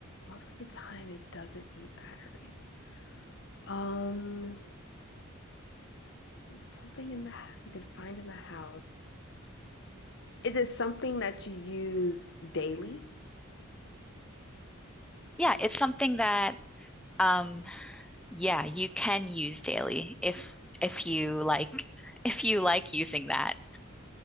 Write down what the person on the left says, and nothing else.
most of the time it doesn't need batteries. Um, something in the you can find in the house. It is something that you use daily.